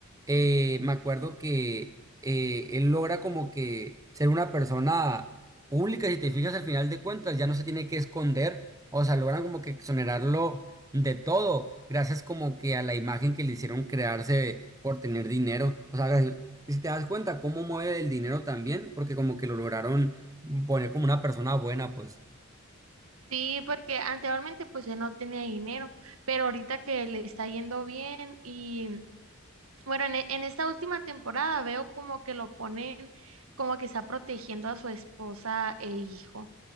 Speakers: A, on the right; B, on the right.
A: eh, me acuerdo que eh, él logra como que ser una persona pública, si te fijas al final de cuentas, ya no se tiene que esconder, o sea, logran como que exonerarlo de todo, gracias como que a la imagen que le hicieron crearse por tener dinero. O sea, si te das cuenta cómo mueve el dinero también, porque como que lo lograron poner como una persona buena, pues.
B: sí, porque anteriormente pues él no tenía dinero, pero ahorita que le está yendo bien y bueno, en, e- en esta última temporada veo como que lo ponen como que está protegiendo a su esposa e hijo